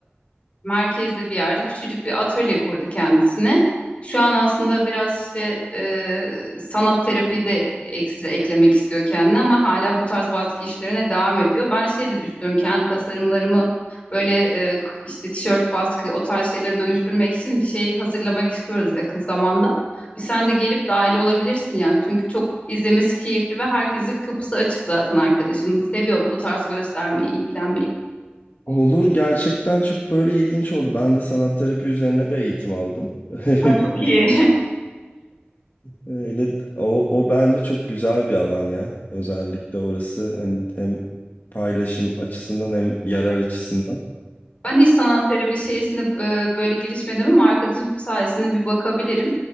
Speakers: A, on the left (about 30°); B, on the left (about 50°).
A: e, merkezde bir yerde küçücük bir atölye kurdu kendisine. Şu an aslında biraz işte e, sanat terapi de ekstra eklemek istiyor kendine ama hala bu tarz baskı işlerine devam ediyor. Ben şey de düşünüyorum kendi tasarımlarımı böyle e, k- işte tişört baskı o tarz şeylere dönüştürmek için bir şey hazırlamak istiyoruz yakın zamanda. Bir sen de gelip dahil olabilirsin yani çünkü çok izlemesi keyifli ve herkesin kapısı açık zaten arkadaşım. Seviyor bu tarz göstermeyi, ilgilenmeyi.
B: Olur gerçekten çok böyle ilginç oldu. Ben de sanat terapi üzerine de eğitim aldım. <laughs> Biz-
A: Ha, çok
B: biz-
A: iyi.
B: Öyle, o, o bence çok güzel bir alan ya. Özellikle orası hani hem paylaşım açısından hem yarar
A: <laughs>
B: açısından.
A: Ben hiç sanat terapi şeysinde e, böyle girişmedim ama arkadaşım sayesinde bir bakabilirim.